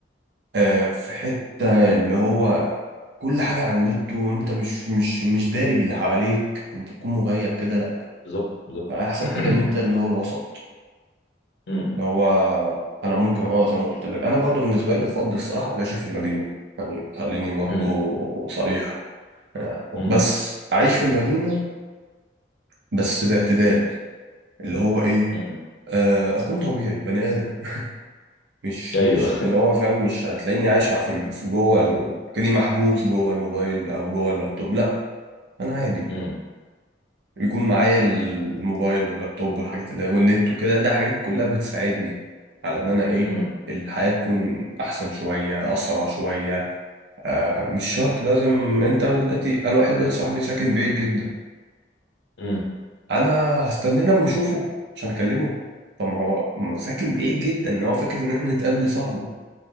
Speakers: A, on the right; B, on the left.
A: آه، في حته اللي هو كل حاجه على النت وانت مش مش مش داري باللي حواليك انت تكون مغيب كده لا
B: بالظبط بالظبط
A: فاحسن
B: <clears throat>
A: حاجه ان انت اللي هو الوسط
B: مم.
A: اللي هو انا ممكن اه زي ما قلت لك انا برضو بالنسبه لي افضل الصراحه العيش في المدينه يعني خليني برضو
B: مم.
A: صريح
B: مم.
A: بس اعيش في المدينه بس باعتدال اللي هو ايه
B: مم.
A: آه اكون طبيعي بني ادم مش
B: ايوه
A: مش اللي هو فاهم مش هتلاقيني عايش في في جوه ال- كأني محبوس جوه الموبايل او جوه اللابتوب لا انا عادي
B: امم
A: يكون معايا الموبايل واللابتوب والحاجات اللي والنت وكده ده حاجات كلها بتساعدني على ان انا ايه
B: امم
A: الحياة تكون احسن شوية اسرع شوية آه مش شرط لازم انت دلوقتي انا واحد دلوقتي صاحبي ساكن بعيد جدا
B: امم
A: انا هستناه لما اشوفه عشان اكلمه طب ما هو ما هو ساكن بعيد جدا ان هو فكرة ان احنا نتقابل دي صعبة